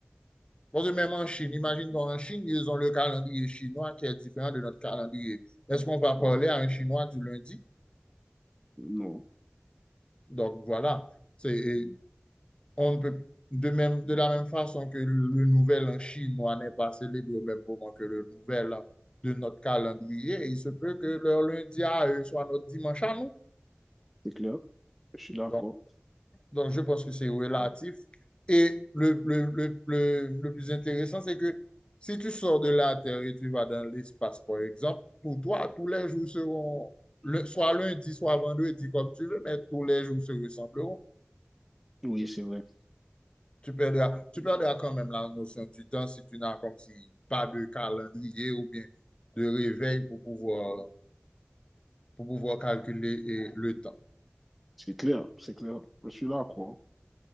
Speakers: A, on the left; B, in the centre.
A: Parce que même en Chine, imagine donc en Chine, ils ont le calendrier chinois qui est différent de notre calendrier. Est-ce qu'on va parler
B: Mm,
A: à un Chinois du lundi?
B: Non,
A: Donc voilà, c'est, on ne peut de même, de la même façon que le nouvel en chinois n'est pas célébré au même moment que le nouvel an de notre calendrier, il se peut que leur lundi à eux soit notre dimanche à nous.
B: c'est clair. Je suis d'accord.
A: Donc, Donc, je pense que c'est relatif. Et le, le, le, le, le plus intéressant, c'est que si tu sors de la Terre et tu vas dans l'espace, par exemple, pour toi, tous les jours seront, le, soit lundi, soit vendredi, comme tu veux, mais tous les jours se ressembleront.
B: Oui, c'est vrai.
A: Tu perdras, tu perdras quand même la notion du temps si tu n'as comme si pas de calendrier ou bien de réveil pour pouvoir, pour pouvoir calculer eh, le temps.
B: C'est clair, c'est clair. Je suis d'accord.